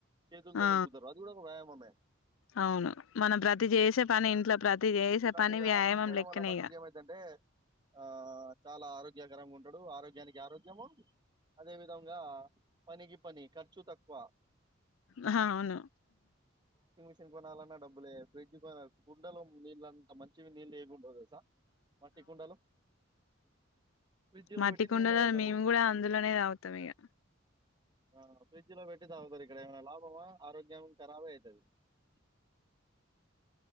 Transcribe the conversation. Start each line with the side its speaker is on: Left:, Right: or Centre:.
Right: చేతుల్తోని
Left: ఆ!
Right: ఉతుకుతరు అది కూడా ఒక వ్యయామమే
Left: అవును మనం ప్రతి చేసే పని ఇంట్లో ప్రతి చేసే
Right: ఇట్లాంటి
Left: పని వ్యాయామం
Right: చేయడం
Left: లెక్కనే
Right: వల్ల ఏమైద్దంటే ఆ చాలా ఆరోగ్యకరంగా ఉంటడు ఆరోగ్యానికి ఆరోగ్యము అదే విధంగా పనికి పని ఖర్చు తక్కువ
Left: ఆహ అవును
Right: మెషిన్ కొనాలన్నా డబ్బులే ఫ్రిడ్జ్ కొనల్ కుండలో నీళ్ళంత మంచివి నీళ్ళెముండవ్ తెల్సా మట్టి కుండలో ఫ్రిడ్జ్ లో
Left: మట్టికుండలో
Right: పెట్టి నీళ్ళు తాగుతారు
Left: మేము కూడా అందులోనే తాగుతాం ఇగ
Right: ఆ ఫ్రిడ్జ్ లో పెట్టి తాగుతరిక్కడ ఏమైనా లాభమా ఆరోగ్యం ఖరాబ్ అయితది <unintelligible>